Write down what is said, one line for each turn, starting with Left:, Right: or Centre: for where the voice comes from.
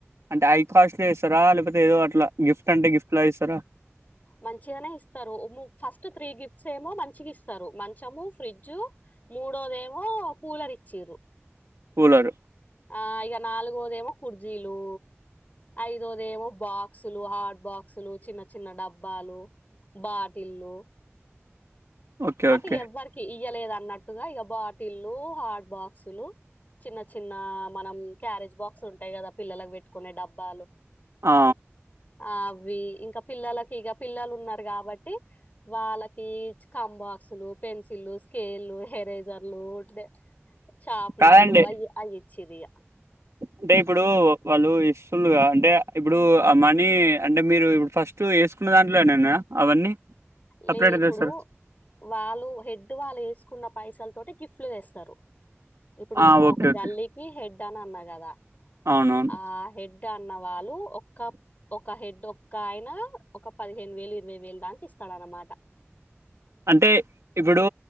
Right: అంటే హై కాస్ట్ లో ఇస్తారా లేకపోతే ఏదో అట్లా గిఫ్ట్ అంటే గిఫ్ట్ లా ఇస్తారా
Left: మంచిగానే ఇస్తారు ఫస్ట్ త్రీ గిఫ్ట్స్ ఏమో మంచిగా ఇస్తారు మంచము ఫ్రిడ్జ్ మూడోదేమో కూలర్ ఇచ్చిరు
Right: కూలరు
Left: ఆ ఇగా నాలుగోదేమో కుర్జీలు ఐదోదేమో బాక్సులు హాట్ బాక్సులు చిన్న చిన్న డబ్బాలు బాటిళ్లు
Right: ఓకే
Left: అంటే
Right: ఓకే
Left: ఎవ్వరికి ఇయ్యలేదు అన్నట్టుగా ఇక బాటిల్లు హాట్ బాక్సులు చిన్న చిన్న మనం క్యారేజ్ బాక్స్ ఉంటాయి కదా పిల్లలకు పెట్టుకునే డబ్బాలు
Right: ఆ
Left: ఆ అవి ఇంకా పిల్లలకి ఇగ పిల్లలు ఉన్నారు కాబట్టి వాళ్ళకి ఇచ్చి కంబ స్కులు పెన్సిల్లు స్కేల్లు ఎరేజర్లు ఉండే షాప్నర్లు
Right: కాదండి
Left: అయ్యి అయ్యిచ్చిరిగా
Right: అంటే ఇప్పుడు వాళ్ళు ఇస్తులుగా అంటే ఇప్పుడు అమని అంటే మీరు ఇప్పుడు ఫస్ట్ తు ఏసుకున్న దాంట్లోనేనా అవన్నీ సపరేట్
Left: లే ఇప్పుడు
Right: చేస్తారా
Left: వాళ్ళు హెడ్డ్ వాళ్ళు ఏసుకున్న పైసల తోటి గిఫ్ట్లు తెస్తరు ఇప్పుడు
Right: ఆ
Left: మా
Right: ఓకే
Left: ఒక
Right: ఓకే
Left: గల్లీకి హెడ్ అని అన్న గదా
Right: అవునవును
Left: ఆ హెడ్ డ్ అన్న వాళ్ళు ఒక్క ఒక హెడ్ ఒక్క ఆయన ఒక పదిహేను వేలు ఇరవై వేలు దాంక ఇస్త తడన్నమాట
Right: అంటే ఇప్పుడూ